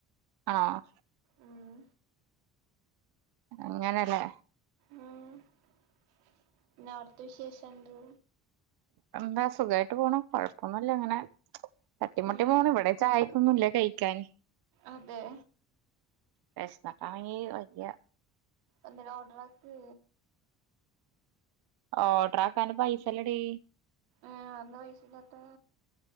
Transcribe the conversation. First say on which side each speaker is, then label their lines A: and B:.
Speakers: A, on the right; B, on the right.
A: ആഹ്
B: ഉം
A: അങ്ങനെല്ലേ
B: ഉം അവിട്ത്തെ വിശേഷം എന്ത്‌
A: എന്താ സുഖായിട്ട് പോണു കൊഴപ്പൊന്നുല്ല അങ്ങനെ തട്ടിമുട്ടി
B: ഉം
A: പോണ് ഇവിടെ ചായക്കൊന്നുല്ല കഴിക്കാന്
B: അതെ
A: വിശന്നിട്ടാണെങ്കി വയ്യ
B: എന്തെലും ഓർഡറാക്ക്
A: ഓഡറാക്കാന് പൈസല്ലടീ
B: ഏഹ് ന്നാ വിശന്നോട്ടെ